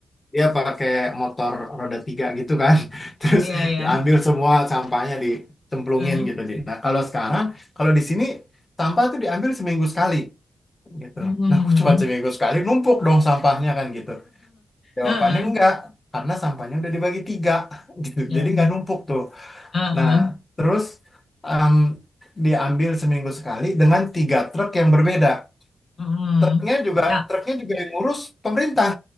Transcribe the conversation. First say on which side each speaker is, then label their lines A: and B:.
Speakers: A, on the left; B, on the left.
A: Dia pakai motor roda tiga gitu kan. <laughs> Terus
B: Iya, iya.
A: diambil semua sampahnya dicemplungin
B: eh.
A: gitu. Di. Nah kalau sekarang, kalau di sini sampah tuh diambil seminggu sekali gitu.
B: Mm.
A: Nah <laughs> aku cuma seminggu
B: <laughs>
A: sekali numpuk dong sampahnya kan gitu. Jawabannya
B: Heeh.
A: enggak, karena sampahnya udah dibagi tiga <laughs> gitu.
B: Ya.
A: Jadi nggak numpuk tuh.
B: Heeh.
A: Nah, terus em, diambil seminggu sekali dengan tiga truk yang berbeda.
B: Mm.
A: Truknya juga
B: Ya.
A: truknya juga yang ngurus pemerintah,